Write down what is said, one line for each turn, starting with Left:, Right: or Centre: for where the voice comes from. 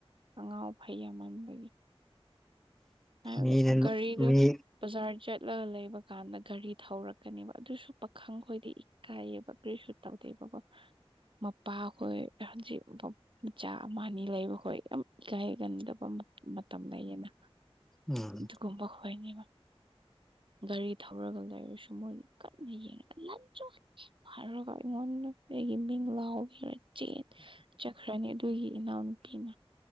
Right: ꯑꯉꯥꯎ ꯑꯐꯩ ꯌꯥꯝ ꯃꯥꯟꯕꯒꯤ ꯍꯥꯏꯔꯒ
Centre: ꯃꯤꯅ
Right: ꯒꯔꯤꯗꯨ
Centre: ꯃꯤ
Right: ꯕꯖꯥꯔ ꯆꯠꯂꯒ ꯂꯩꯕ ꯀꯥꯟꯗ ꯒꯥꯔꯤ ꯊꯧꯔꯛꯀꯅꯦꯕ ꯑꯗꯨꯁꯨ ꯄꯥꯈꯪ ꯈꯣꯏꯗꯤ ꯏꯀꯥꯏꯌꯦꯕ ꯀꯔꯤꯁꯨ ꯇꯧꯗꯦꯕꯀꯣ ꯃꯄꯥ ꯍꯣꯏ ꯍꯧꯖꯤꯛ ꯃꯆꯥ ꯑꯃ ꯑꯅꯤ ꯂꯩꯕꯈꯣꯏ ꯌꯥꯝ ꯏꯀꯥꯏꯒꯟꯗꯕ ꯃ ꯃꯇꯝ ꯂꯩꯌꯦꯅ
Centre: ꯎꯝ
Right: ꯗꯨꯒꯨꯝꯕ ꯍꯣꯏꯅꯦꯕ ꯒꯥꯔꯤ ꯊꯧꯔꯒ ꯂꯩꯔꯁꯨ ꯃꯣꯏꯗꯤ ꯀꯟꯅ ꯌꯦꯡꯉꯥ ꯂꯟꯆꯣ ꯍꯥꯏꯔꯨꯔꯒꯥ ꯑꯩꯉꯣꯟꯗꯥ ꯑꯩꯒꯤ ꯃꯤꯡ ꯂꯥꯎꯕꯤꯔꯒꯥ ꯆꯦꯟ ꯆꯛ ꯈ꯭ꯔꯅꯤ ꯑꯗꯨꯒꯤ ꯏꯅꯥꯎꯅꯨꯄꯤꯅ